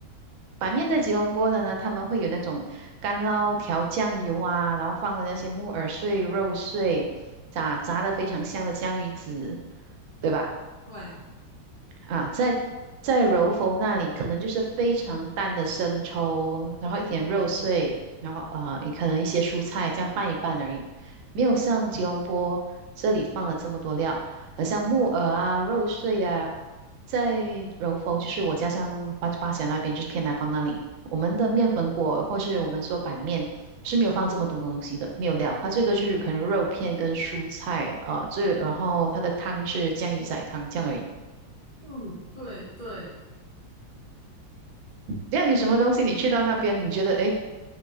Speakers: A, on the right (about 80°); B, on the left (about 60°).
A: 板面在吉隆坡的呢，他们会有那种干捞调酱油啊，然后放了那些木耳碎、肉碎，炸炸的非常香的江鱼子，对吧？
B: 对，
A: 啊，在在柔佛那里，可能就是非常淡的生抽，然后一点肉碎，然后啊、呃也可能一些蔬菜，这样拌一拌而已，没有像吉隆坡这里放了这么多料，呃，像木耳啊、肉碎啊，在柔佛就是我家乡巴巴峡那边，就是偏南方那里，我们的面粉果或是我们说板面是没有放这么多东西的，没有料，它最多就是可能肉片跟蔬菜，呃，最然后它的汤是酱鱼仔汤这样而已。
B: 嗯对对。
A: 那有什么东西你去到那边，你觉得诶